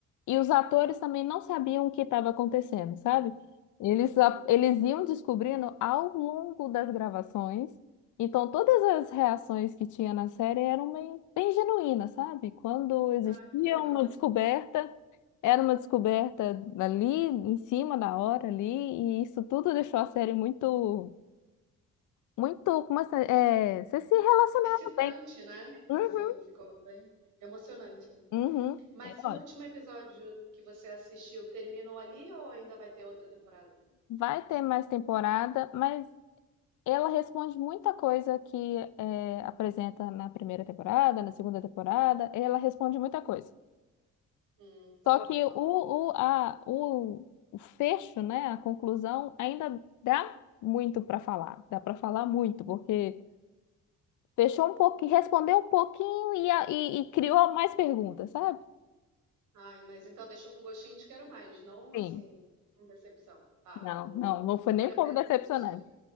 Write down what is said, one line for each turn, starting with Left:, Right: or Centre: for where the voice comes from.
Left: e os atores também não sabiam o que estava acontecendo, sabe? Eles,
Right: Hum.
Left: a- eles iam descobrindo ao longo das gravações. Então, todas as reações que tinha na série eram bem, bem genuínas, sabe? Quando existia
Right: Ah, que legal.
Left: uma descoberta, era uma descoberta ali, em cima da hora ali, e isso tudo deixou a série muito, muito, como é, que se- é, você se relacionava
Right: Excitante,
Left: bem.
Right: né?
Left: Uhum,
Right: Assim, ficou bem emocionante.
Left: uhum.
Right: Mas
Left: É, olha.
Right: o último episódio que você assistiu terminou ali ou ainda vai ter outra temporada?
Left: Vai ter mais temporada, mas ela responde muita coisa que é, apresenta na primeira temporada, na segunda temporada, ela responde muita coisa.
Right: Hum, top,
Left: Só que
Right: top.
Left: o, o, a, o, o fecho, né, a conclusão, ainda dá muito para falar. Dá para falar muito, porque fechou um pouquinho, respondeu um pouquinho e, a- e, e criou mais perguntas, sabe?
Right: Ai, mas então deixou com gostinho de quero mais, não
Left: Sim.
Right: assim, com decepção. Ah,
Left: Não,
Right: boa.
Left: não, não foi
Right: Então
Left: nem
Right: vale
Left: um
Right: a
Left: pouco
Right: pena,
Left: decepcionante.
Right: vou assistir.